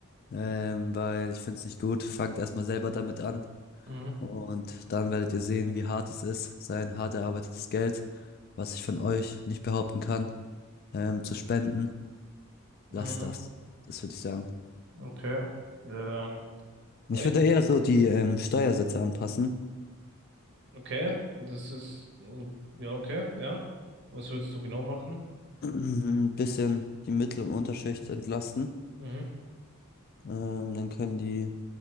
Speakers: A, on the left; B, on the right.
A: ähm, weil ich finde es nicht gut. Fangt erstmal selber damit an
B: mhm,
A: und dann werdet ihr sehen, wie hart es ist, sein hart erarbeitetes Geld, was ich von euch nicht behaupten kann, ähm, zu spenden.
B: mhm,
A: Lasst das. Das würde ich sagen.
B: okay. Ähm,
A: Ich
B: ja,
A: würde eher so die ähm, Steuersätze anpassen,
B: Okay, das ist, mm, ja, okay, ja. Was würdest du genau machen?
A: <clears throat> ein bisschen die Mittel- und Unterschicht entlasten.
B: Mhm,
A: Ähm, dann können die